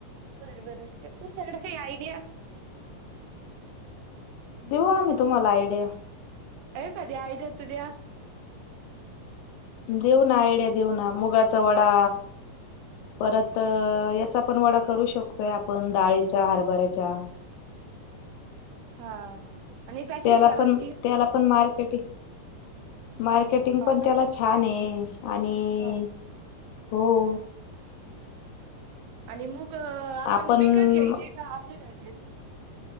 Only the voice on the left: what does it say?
देऊ आम्ही तुम्हाला आयडीया.
देऊ ना आयडिया देऊ ना, मुगाचा वडा परत याचा पण वडा करू शकतोय आपण डाळीच्या, हरभऱ्याच्या <inaudible>
त्याला
पण त्याला पण मार्केटिंग, मार्केटिंग
पण
त्याला छानये. आणि
हो.
आपण